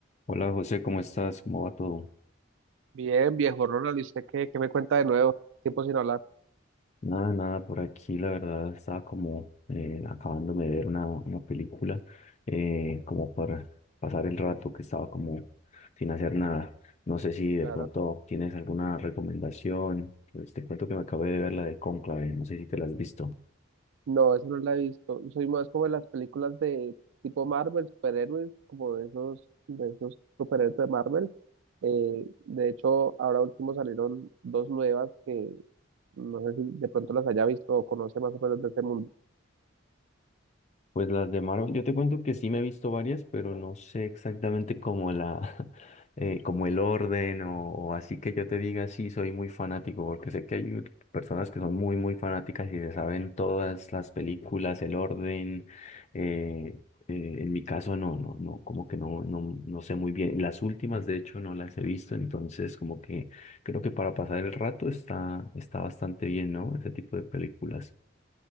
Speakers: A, on the left; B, on the right.
A: Hola José, ¿cómo estás? ¿Cómo va todo?
B: Bien, viejo Ronald, ¿y usted qué, qué me cuenta de nuevo? Tiempo sin hablar,
A: Nada, nada, por aquí la verdad estaba como eh, acabándome de ver una, una película, eh, como para pasar el rato que estaba como sin hacer nada. No sé si de
B: claro.
A: pronto tienes alguna recomendación. Pues te cuento que me acabé de ver la de Cónclave, no sé si te la has visto.
B: No, eso no la he visto. Soy más como de las películas de tipo Marvel, superhéroes, como de esos, de esos superhéroes de Marvel. Eh, de hecho, ahora último salieron dos nuevas que no sé si de pronto las haya visto o conoce más o menos de ese mundo.
A: Pues las de Marvel, yo te cuento que sí me he visto varias, pero no sé exactamente como la, <laughs> eh, como el orden o, o así que yo te diga sí soy muy fanático, porque sé que hay personas que son muy, muy fanáticas y se saben todas las películas, el orden. eh, eh, en mi caso no, no, no, como que no, no, no sé muy bien. Las últimas, de hecho, no las he visto, entonces como que creo que para pasar el rato está, está bastante bien, ¿no? Ese tipo de películas.